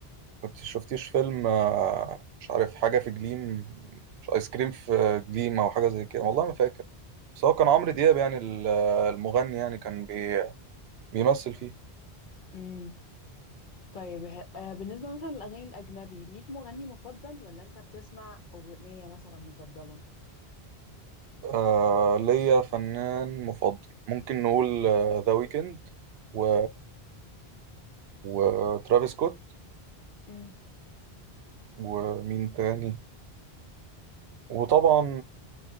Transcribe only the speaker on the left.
امم طيب ه- آه، بالنسبه مثلا للاغاني الاجنبي ليك مغني مفضل ولا انت بتسمع اغنيه مثلا مفضله
امم